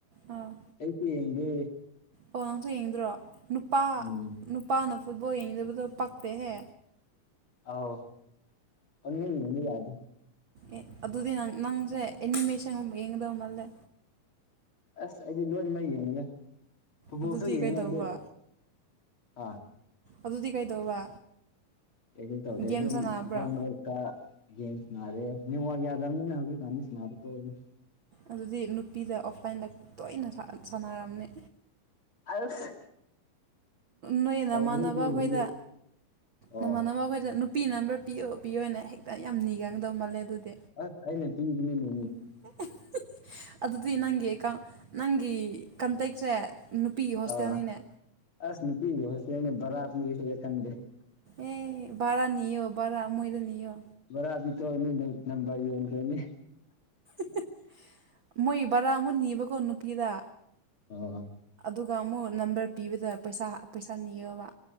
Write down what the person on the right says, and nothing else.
ꯑꯥ
ꯑꯣ ꯅꯪꯁꯨ ꯌꯦꯡꯗ꯭ꯔꯣ ꯅꯨꯄꯥ
ꯅꯨꯄꯥ ꯅ ꯐꯨꯠꯕꯣꯜ ꯌꯦꯡꯗꯕꯗꯣ ꯄꯛꯇꯦ ꯍꯦ
ꯑꯦ ꯑꯗꯨꯗꯤ ꯅꯪ ꯅꯪꯁꯦ ꯑꯦꯅꯤꯃꯦꯁꯟꯒꯨꯝ ꯌꯦꯡꯒꯗꯧ ꯃꯥꯜꯂꯦ
ꯑꯗꯨꯗꯤ
ꯀꯩꯗꯧꯕ
ꯑꯗꯨꯗꯤ ꯀꯩꯗꯧꯕ
ꯒꯦꯝ
ꯁꯥꯟꯅꯕ꯭ꯔꯥ
ꯑꯗꯨꯗꯤ ꯅꯨꯄꯤꯗ ꯑꯣꯕꯂꯥꯏꯟꯗ ꯇꯣꯏꯅ ꯁꯥꯟꯅꯔꯝꯅꯤ
ꯅꯣꯏ
ꯅꯃꯥꯟꯅꯕ
ꯈꯣꯏꯗ
ꯅꯃꯥꯟꯅꯕ ꯈꯣꯏꯗ ꯅꯨꯄꯤ ꯅꯝꯕ ꯄꯤꯌꯣ ꯄꯤꯌꯣꯅ ꯍꯦꯛꯇ ꯌꯥꯝ ꯅꯤꯒꯟꯗꯧ ꯃꯥꯜꯂꯦ ꯑꯗꯨꯗꯤ
<inaudible> ꯑꯗꯨꯗꯤ ꯅꯪꯒꯤ ꯑꯦꯀꯥꯎꯟ ꯅꯪꯒꯤ ꯀꯟꯇꯦꯛꯁꯦ ꯅꯨꯄꯤꯒꯤ ꯍꯣꯁꯇꯦꯜꯅꯤꯅꯦ
ꯑꯦ ꯚꯥꯔꯥꯅꯤꯌꯣ ꯕꯔꯥ ꯃꯣꯏꯗ ꯅꯤꯌꯣ
<inaudible> ꯃꯣꯏ ꯚꯥꯔꯥ ꯑꯃꯨꯛ ꯅꯤꯕꯀꯣ ꯅꯨꯄꯤꯗ
ꯑꯗꯨꯒ ꯑꯃꯨꯛ ꯅꯝꯕꯔ ꯄꯤꯕꯗ ꯄꯩꯁꯥ ꯄꯩꯁꯥ ꯅꯤꯌꯣꯕ